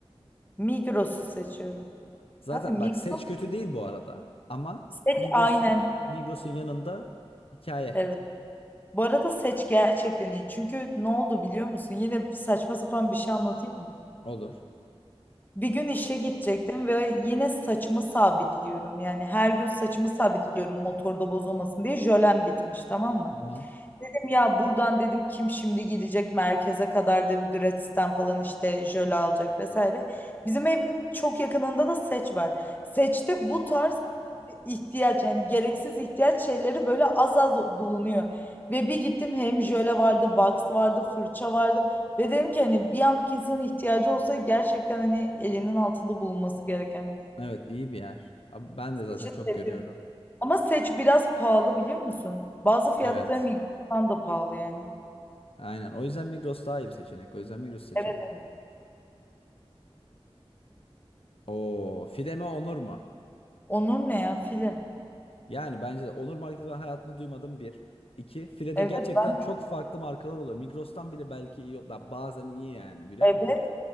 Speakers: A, on the left; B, on the left.
A: Migros'u seçiyorum.
B: Zaten
A: Abi Migros
B: bak seç kötü değil bu arada ama
A: seç
B: Migros'un
A: aynen.
B: Migros'un yanında hikaye
A: Evet. Bu arada seç gerçekten iyi. Çünkü ne oldu biliyor musun? Yine saçma sapan bir şey anlatayım mı?
B: olur.
A: Bir gün işe gidecektim ve yine saçımı sabitliyorum. Yani her gün saçımı sabitliyorum motorda bozulmasın diye. Jölem bitmiş tamam mı?
B: Hı hı.
A: ya buradan dedim kim şimdi gidecek merkeze kadar da gratisten falan işte jöle alacak vesaire. Bizim evin çok yakınında da Seç var. Seç'te bu tarz ihtiyaç yani gereksiz ihtiyaç şeyleri böyle az az bulunuyor. Ve bir gittim hem jöle vardı, wax vardı, fırça vardı. Ve dedim ki hani bir anlık insanın ihtiyacı olsa gerçekten hani elinin altında bulunması gereken bir yer.
B: Evet, iyi bir yer. Abi Ben
A: Seç'i
B: de zaten çok
A: seviyorum.
B: görüyorum.
A: Ama Seç biraz pahalı biliyor musun? Bazı fiyatları
B: Evet.
A: Migros'tan da pahalı yani.
B: Aynen. O yüzden Migros daha iyi bir seçenek. O yüzden Migros'u seçelim.
A: Evet.
B: Oo, file mi Onur mu?
A: Onun ne ya file?
B: Yani bence de Onur Market'i ben hayatımda duymadım bir. İki, File'de
A: Evet
B: gerçekten
A: ben-
B: çok farklı markalar oluyor. Migros'tan bile belki iyi, ba- bazen iyi yani biliyor
A: evet.
B: musun?